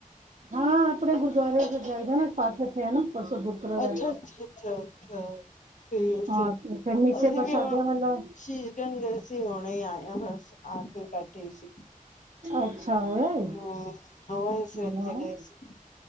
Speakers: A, on the right (about 55°); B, on the left (about 60°).
A: ਹਾਂ ਆਪਣੇ ਗੁਰਦੁਆਰੇ। ਫਿਰ ਜਾਈਦਾ ਨਾ ਪਾਠ ਰੱਖਿਆ ਹੈ ਨਾ ਪਰਸੋਂ ਗੁਰਪੁਰਬ
B: ਅੱਛਾ-ਅੱਛਾ-ਅੱਛਾ-ਅੱਛਾ।
A: ਹੈ
B: ਸਹੀ ਆ
A: ਹਾਂ
B: ਸਹੀ ਆ,
A: ਫਿਰ ਮਿੱਸੇ
B: ਅਸੀਂ
A: ਪ੍ਰਸ਼ਾਦਿਆਂ
B: ਵੀ ਹ
A: ਵਾਲਾ
B: ਸ਼ ਕ ਗਏ ਸੀ, ਹੁਣੇ ਹੀ ਆਏਆ, ਬਸ ਆ ਕੇ ਬੈਠੇ ਸੀ।
A: ਅੱਛਾ ਹੋਇਆ ਏ
B: ਹੂੰ ਹਾਂ ਅਸੀਂ ਉੱਥੇ
A: ਵਾਹ
B: ਗਏ ਸੀ।